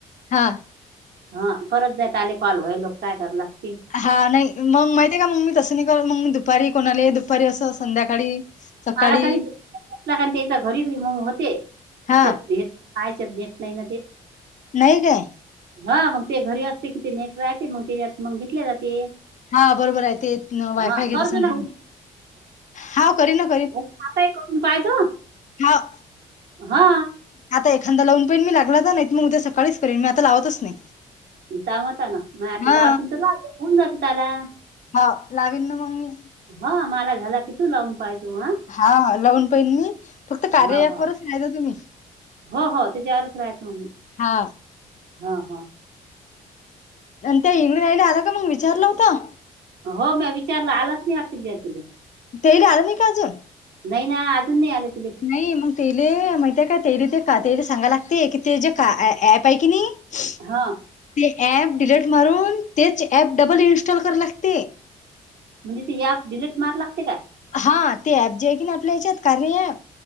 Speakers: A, on the left (about 45°); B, on the right (about 65°).
A: हा
B: हा करत जायत आले कॉल. व्हाय लोक काय कर लागते.
A: हा नाही मग माहिते का मग मी तसं नाही करत. मग मी दुपारी कोणाले दुपारी असं संध्याकाळी. सकाळी
B: मला खरीला <unintelligible> कार त्याच्या घरी होते.
A: हा
B: त्याच्यात कायचेत देत नाही ना ते.
A: नाही काय?
B: हा मग ते घरी असले कि ते नेट राहते. मग त्याच्यात मग घेतले जाते.
A: हा बरोबरे ते वायफाय
B: हा
A: घेत
B: करजो
A: असन
B: ना
A: ते. हाव करी न.
B: आताय करून पाहायजो.
A: हाव.
B: हा.
A: आता एखादा लावून पाहिन मी. लागलाच नाहीत मग उद्या सकाळीच करीन. मी आता लावतच नाही.
B: दामत ना. मग आता
A: हा
B: लावशीन त लाव. होऊन जाते त्याला.
A: ह लावीन ना मग म मी
B: हा मला झाला की तु लाव पायजो हा
A: हा लावून पहिन मी, फक्त कार्यावरच
B: ह ह
A: राहायच तुम्ही.
B: हो हो त्याच्यावरच राहीतो मी
A: हा
B: ह हा
A: नंतर त्या इंगळे तायला आला का मग विचारलं होतं?
B: हो म्या विचारलं आलाच नाही <unintelligible>
A: ते घ्यालं ना का अजून
B: नाही ना अजून नाही आलं तिले
A: नाही मग तेले माहिते का तेरी ते का ते सांगाय लागते की, ते जे का ऍप आहे की नाही
B: हा
A: ते ऍप डिलीट मारून, तेच ऍप डबल इन्स्टॉल कराल लागते.
B: म्हणजे ती याप डिलीट मारा लागते काय
A: हा ते ऍप जे आहे की, नाही आपल्या याच्यात कारया ऍप